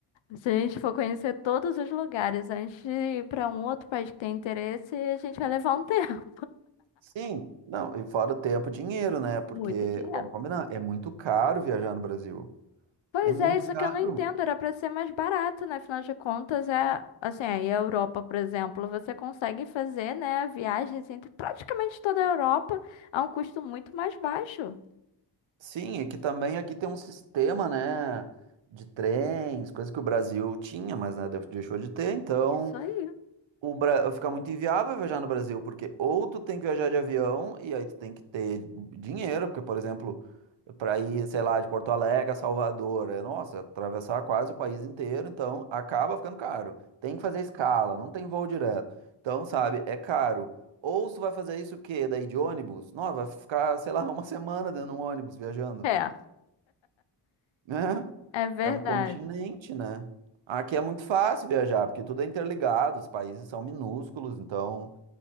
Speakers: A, on the left (about 80°); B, on the right (about 80°).
A: Se a gente for conhecer todos os lugares antes de ir para um outro país que tem interesse, a gente vai levar um tempo,
B: sim. Não, e fora o tempo, dinheiro, né,
A: <laughs>
B: porque,
A: muito dinheiro.
B: vamos combinar, é muito caro viajar no Brasil,
A: Pois
B: é muito
A: é, isso
B: caro.
A: que eu não entendo, era para ser mais barato, né? Afinal de contas, é assim, aí a Europa, por exemplo, você consegue fazer, né, viagens entre praticamente toda a Europa a um custo muito mais baixo.
B: Sim, é que também aqui tem um sistema, né, de trens, coisa que o Brasil tinha, mas, né, de- deixou de ter, então...
A: Isso aí.
B: o Bra... fica muito inviável viajar no Brasil, porque ou tu tem que viajar de avião e aí tu tem que ter dinheiro, porque, por exemplo, para ir, sei lá, de Porto Alegre a Salvador, é, nossa, atravessar quase o país inteiro, então acaba ficando caro. Tem que fazer escala, não tem voo direto. Então, sabe, é caro. Ou se tu vai fazer isso o quê? Daí de ônibus? Nossa, vai ficar, sei lá, <laughs> uma semana dentro de um ônibus viajando.
A: É.
B: né
A: É verdade.
B: É um continente, né? Aqui é muito fácil viajar, porque tudo é interligado, os países são minúsculos, então